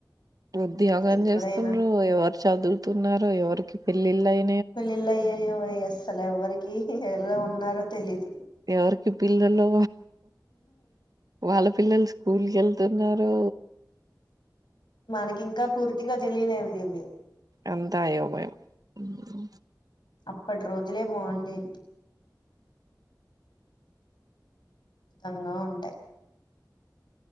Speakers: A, on the right (about 55°); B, on the left (about 85°).
A: ఉద్యాగం
B: ఇప్పుడైనా
A: చేస్తుండ్రో ఎవరు చదువుతున్నారో ఎవరికి పెళ్ళిళ్ళయ్
B: పెళ్లిళ్ళ అయ్యయ్యో ఏ అస్సల్ ఎవ్వరికి ఎలా ఉన్నారో తెలీదు
A: ఎవర్కి పిల్లల్లో వాళ్ళ పిల్లొల్ల్స్ ఉల్కెళ్తున్నారో
B: మనకింకా పూర్తిగా తెలియలేవి దీనివి
A: అంతా అయోమయం ఉ
B: అప్పట్ రోజులే బాండేవి తంగా ఉంటే